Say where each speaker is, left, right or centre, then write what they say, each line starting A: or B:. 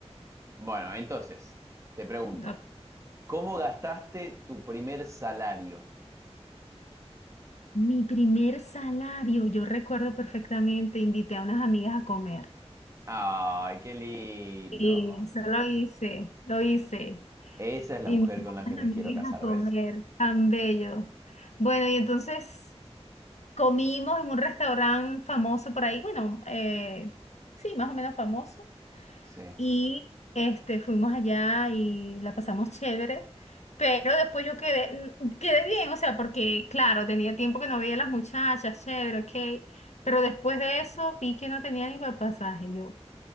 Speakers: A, on the right; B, on the left.
A: Bueno, entonces, te pregunto,
B: Ok.
A: ¿cómo gastaste tu primer salario?
B: Mi primer salario, yo recuerdo perfectamente, invité a unas amigas a comer.
A: Ay, qué lindo.
B: Y eso lo hice, lo hice.
A: Esa es la
B: Invité
A: mujer
B: a
A: con la que
B: unas
A: me
B: amigas
A: quiero casar,
B: a comer,
A: ¿ves?
B: tan bello. Bueno, y entonces Comimos en un restaurante famoso por ahí, bueno, eh, sí, más o menos famoso.
A: Sí.
B: Y este, fuimos allá y la pasamos chévere. Pero después yo quedé, mm, quedé bien, o sea, porque claro, tenía tiempo que no veía a las muchachas, chévere, ok. Pero después de eso vi que no tenía ni para el pasaje, yo,